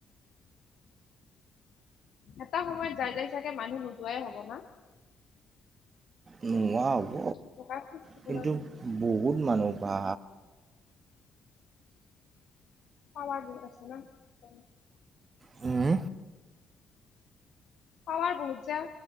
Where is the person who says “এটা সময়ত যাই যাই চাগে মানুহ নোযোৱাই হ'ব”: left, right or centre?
Left